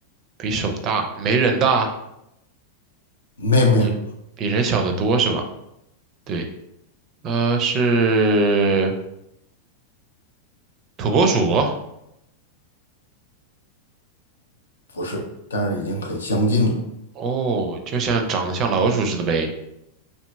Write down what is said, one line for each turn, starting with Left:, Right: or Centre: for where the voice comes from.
Right: 比手大，没人大，
Left: 没有没有。
Right: 比比人小得多是吧？对，呃，是土拨鼠。
Left: 不是，但是已经很相近了。
Right: 哦，就像长得像老鼠似的呗。